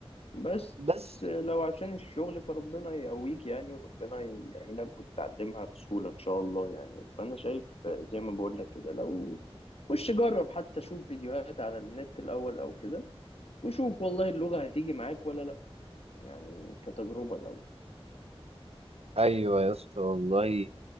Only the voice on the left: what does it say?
بس
لو عشان الشغل فربنا يقويك يعني وربنا يعينك وتتعلمها بسهولة إن شاء الله يعني فأنا شايف زي ما بقول لك كده لو خش جرب حتى شوف فيديوهات على النت الأول أو كده وشوف والله اللغة هتيجي معاك ولا لأ يعني كتجربة الأول